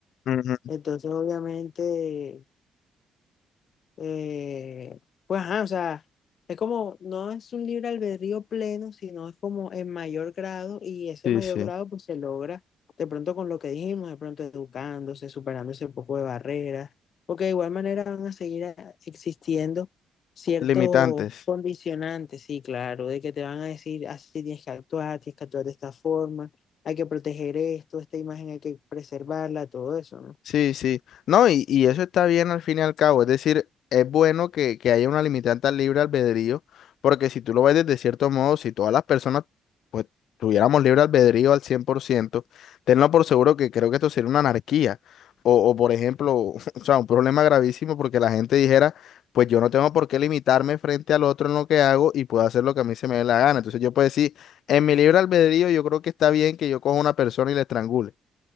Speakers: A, on the left; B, on the left.
A: Ujú.
B: Entonces, obviamente... Eh, pues, ajá, o sea, es como, no es un libre albedrío pleno, sino es como en mayor grado y ese
A: Sí,
B: mayor
A: sí.
B: grado pues se logra de pronto con lo que dijimos, de pronto educándose, superando ese poco de barreras, porque de igual manera van a seguir a- existiendo ciertos
A: Limitantes.
B: condicionantes, sí, claro, de que te van a decir, así tienes que actuar, tienes que actuar de esta forma, hay que proteger esto, esta imagen hay que preservarla, todo eso, ¿no?
A: Sí, sí. No, y, y eso está bien al fin y al cabo. Es decir, es bueno que, que haya una limitante al libre albedrío, porque si tú lo ves desde cierto modo, si todas las personas pues tuviéramos libre albedrío al 100%, tenlo por seguro que creo que esto sería una anarquía. O, o por ejemplo, <laughs> o sea, un problema gravísimo porque la gente dijera, pues yo no tengo por qué limitarme frente al otro en lo que hago y puedo hacer lo que a mí se me dé la gana. Entonces yo puedo decir, en mi libre albedrío yo creo que está bien que yo coja una persona y la estrangule